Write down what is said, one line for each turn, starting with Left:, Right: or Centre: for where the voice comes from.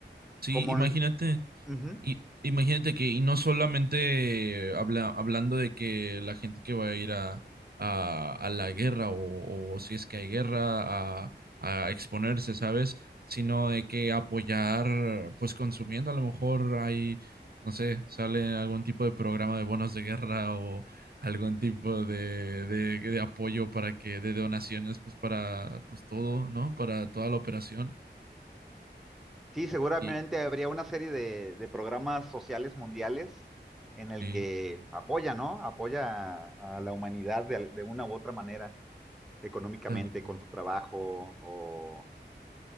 Right: sí,
Centre: como...
Right: imagínate,
Centre: no- Ujú.
Right: y, imagínate que, y no solamente habla, hablando de que la gente que va a ir a, a, a la guerra o, o si es que hay guerra, a, a exponerse, ¿sabes? Sino de que apoyar, pues consumiendo, a lo mejor hay, no sé, sale algún tipo de programa de bonos de guerra o algún tipo de, de, de apoyo para que, de donaciones, pues para, pues todo, ¿no? Para toda la operación.
Centre: Sí, seguramente
Right: Y
Centre: habría una serie de, de programas sociales mundiales en el
Right: sí,
Centre: que apoya, ¿no? Apoya a, a la humanidad de, al- de una u otra manera, económicamente,
Right: tal cual.
Centre: con tu trabajo o